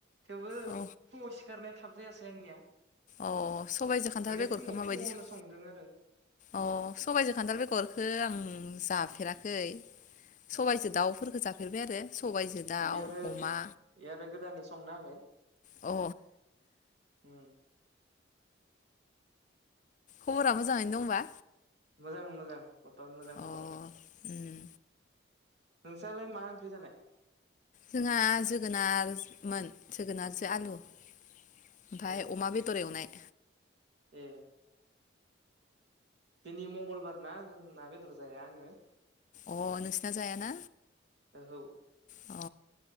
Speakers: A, on the right; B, on the left.
A: थेवबो
B: अ
A: फुंआव सिखारनाय थाब जायासे आंनिया
B: अ सबायजों खान्थाल
A: माने
B: बेगरखौ
A: फुङाव
B: माबायदि
A: फुङावनो
B: सं
A: संदों आरो
B: अ सबायजों खान्थाल बेगरखो आं जाफ फेराखै सबायजों
A: अ
B: दाउफोरखौ जा फेरबाय आरो सबायजों दाउ
A: इ आरो
B: अमा
A: इ आरो गोदानै संना होबाय
B: अ
A: उम
B: खबरा मोजाङैनो दंबा?
A: मोजां मोजां बर्थमान मोजांथ'
B: अ उम
A: नोंस्रालाय मा ओंख्रि जानाय?
B: जोंहा जोगोनारमोन जोगोनारजो आलु। ओमफ्राय
A: ए
B: अमा बेदर एवनाय।
A: ए दिनै मंगलबार ना जों ना बेदर जाया आङो।
B: अ नोंसिना जायाना।
A: ओहौ
B: अ